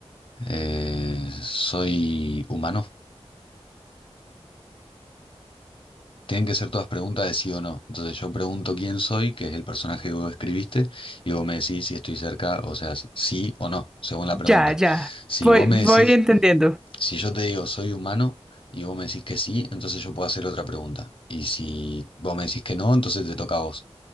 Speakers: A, on the left; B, in the centre.
A: Eh, ¿soy humano? Tienen que ser todas preguntas de sí o no. Entonces yo pregunto quién soy, que es el personaje que vos escribiste, y vos me decís si estoy cerca, o sea, sí o no, según la pregunta.
B: Ya, ya.
A: Si
B: Voy,
A: vos me
B: voy
A: decís,
B: entendiendo.
A: si yo te digo soy humano y vos me decís que sí, entonces yo puedo hacer otra pregunta. Y si vos me decís que no, entonces te toca a vos.